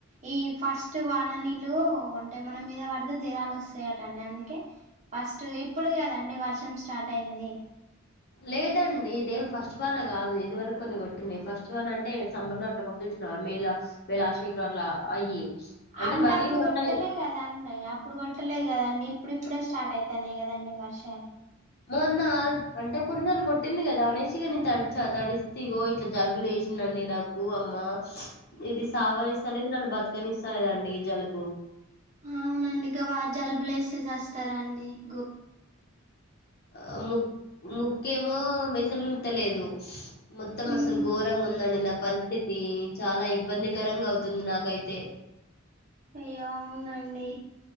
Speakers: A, on the right; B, on the left.
A: ఈ ఫస్ట్ వాననీల్లు అంటే మన మీద పడితే జరాలు వస్తాయటండి అందుకే ఫస్ట్ ఇప్పుడే కదండి వర్షం స్టార్ట్ అయింది
B: లేదండి ఇదేం ఫస్ట్ వాన కాదు ఇది వరకు కొంచెం కొట్టింది ఫస్ట్ వని అంటే సమ్మర్ లో అట్లా కొడుతూసిన మేల మే లాస్ట్ వీక్ లో అట్లా అయ్యి
A: అంటే
B: మరీ
A: అప్పుడు
B: మొన్న
A: కొట్టలే కద దండి అప్పుడు కొట్టలేదు కదండి ఇప్పుడు ఇప్పుడే స్టార్ట్ అవుతాన్నాయి కదండి వర్షాలు
B: మొన్న అంటే కొన్నిసార్లు కొట్టింది కదా అనేసి ఇగా నేను తడిచ తడిస్తే ఇగో ఇట్లా జలుబులు వేసిందండి నాకు వ అమ్మా ఇది సావనిస్త లేదు నన్ను బతుకనిస్తాలేదండి జలుబు
A: అవునండి గ జలుబులు చేస్తే చస్తారా అండి గో
B: ఆ ముక్ ముక్కేమో మెసలు నిత్తలేదు మొత్తం
A: ఉమ్,
B: అసలు ఘోరంగా ఉందండి నా పరిస్థితి. చాలా ఇబ్బందికరంగా అవుతుంది నాకైతే.
A: అయ్యో అవునండి